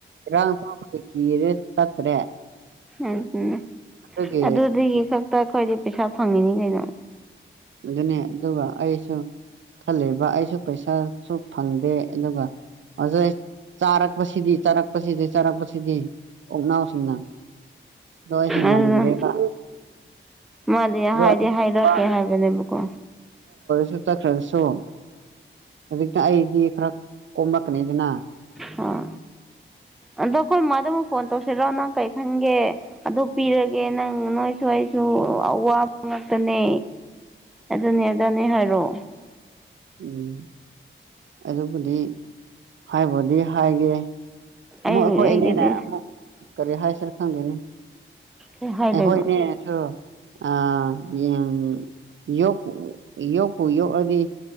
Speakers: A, on the right (about 65°); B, in the centre.
A: ꯏꯔꯥꯡ ꯊꯣꯛꯑꯒ <unintelligible> ꯀꯤꯔꯦ ꯆꯠꯇ꯭ꯔꯦ
B: <unintelligible>
A: ꯑꯗꯨꯒꯤ
B: ꯑꯗꯨꯗꯒꯤ ꯈꯛꯇ ꯑꯈꯣꯏꯗꯤ ꯄꯩꯁꯥ ꯐꯪꯉꯤꯅꯤ ꯀꯩꯅꯣ
A: ꯑꯗꯨꯅꯦ ꯑꯗꯨꯒ ꯑꯩꯁꯨ ꯈꯜꯂꯦꯕꯥ ꯑꯩꯁꯨ ꯄꯩꯁꯥꯁꯨ ꯐꯪꯗꯦ ꯑꯗꯨꯒ <unintelligible> ꯆꯥꯔꯛꯄꯁꯤꯗꯤ ꯆꯥꯔꯛꯄꯁꯤꯗꯤ ꯆꯥꯔꯛꯄꯁꯤꯗꯤ ꯑꯣꯛꯅꯥꯎꯁꯤꯡꯅ ꯅꯣꯏꯁꯨ ꯉꯝꯗ꯭ꯔꯦꯕ
B: ꯑꯗꯨꯅ ꯃꯥꯗꯤ ꯍꯥꯏꯗꯤ
A: ꯑꯅꯤꯒꯨꯝꯕ
B: ꯍꯥꯏꯔꯛꯀꯦ ꯍꯥꯏꯕꯅꯦꯕꯀꯣ
A: ꯆꯠꯈ꯭ꯔꯕꯁꯨ ꯍꯧꯖꯤꯛꯇ ꯑꯩꯗꯤ ꯈꯔ ꯀꯣꯝꯃꯛꯀꯅꯤꯗꯅ
B: ꯍꯣꯏ ꯑꯗꯣ ꯑꯩꯈꯣꯏ ꯃꯥꯥꯗ ꯑꯃꯨꯛ ꯐꯣꯟ ꯇꯧꯁꯤꯔꯣ ꯅꯪ ꯀꯔꯤ ꯈꯟꯒꯦ ꯑꯗꯨ ꯄꯤꯔꯒꯦ ꯅꯪ ꯅꯣꯏꯁꯨ ꯑꯩꯁꯨ ꯑꯋꯥꯕ ꯉꯥꯛꯇꯅꯦ ꯑꯗꯨꯅꯦ ꯑꯗꯥꯅꯦ ꯍꯥꯏꯔꯣ
A: ꯎꯝ ꯑꯗꯨꯕꯨꯗꯤ ꯍꯥꯏꯕꯨꯗꯤ ꯍꯥꯏꯒꯦ ꯑꯃꯨꯛ
B: ꯑꯩ
A: ꯑꯩꯈꯣꯏ
B: ꯑꯩꯒꯤꯗꯤ
A: ꯑꯅꯤꯅ ꯑꯃꯨꯛ ꯀꯔꯤ ꯍꯥꯏꯁꯤꯔ ꯈꯪꯗꯦꯅꯦ
B: ꯀꯩ ꯍꯥꯏꯗꯣꯏꯕ
A: ꯑꯩꯈꯣꯏꯅꯦꯁꯨ ꯑꯥ ꯌꯦꯟ ꯌꯣꯛ ꯌꯣꯛꯄꯨ ꯌꯣꯛꯑꯗꯤ